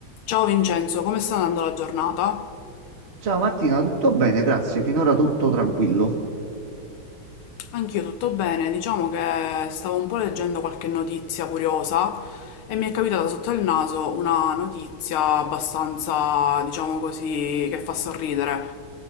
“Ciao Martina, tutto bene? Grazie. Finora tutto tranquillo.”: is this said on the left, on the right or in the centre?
Right